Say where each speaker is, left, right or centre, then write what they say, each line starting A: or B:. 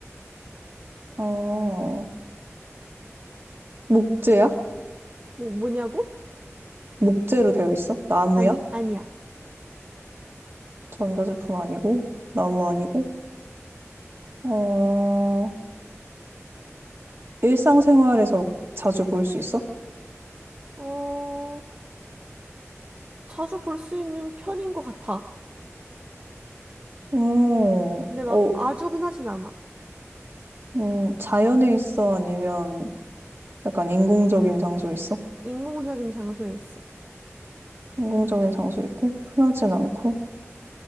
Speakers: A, on the right (about 55°); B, on the right (about 30°).
A: 어, 목재야?
B: 뭐, 뭐냐고?
A: 목재로 되어 있어? 나무야?
B: 아니, 아니야.
A: 전자제품 아니고, 나무 아니고, 어, 일상생활에서 자주 볼 수 있어?
B: 어, 자주 볼 수 있는 편인 것 같아.
A: 오,
B: 근데 막
A: 어,
B: 아주 흔하진 않아.
A: 음, 자연에 있어? 아니면 약간 인공적인 장소에 있어?
B: 인공적인 장소에 있어.
A: 인공적인 장소 있고, 흔하진 않고,